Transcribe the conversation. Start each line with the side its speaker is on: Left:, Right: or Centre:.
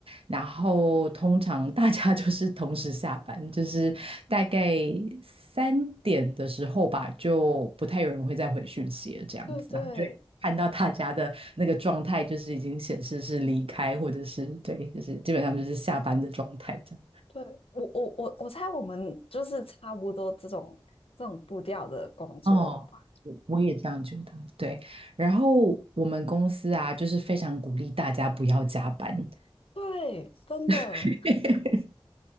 Right: 然后通常大家就是同时下班，就是大概三点的时候吧，就不太有人会再回讯息了，这样子，
Left: 对对。
Right: 然后就会看到大家的那个状态，就是已经显示是离开，或者是对，就是基本上就是下班的状态这样。
Left: 对，我我我我猜我们就是差不多这种这种步调的工作吧。
Right: 哦，我我也这样觉得，对。然后我们公司啊，就是非常鼓励大家不要加班。
Left: 对，真的，
Right: <laughs>